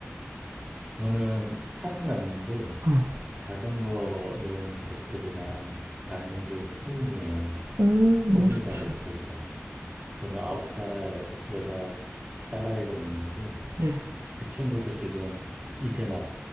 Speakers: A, on the right (about 20°); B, on the right (about 80°).
A: 저는 타진 않는데
B: 어,
A: 자전거 여행 가족들이랑 다니는 게 꿈이에요.
B: 어, 너무
A: 꿈이자
B: 좋죠.
A: 목표자. 저는 아홉 살 여자 딸아이가 있는데
B: 네.
A: 그 친구도 지금 이제 막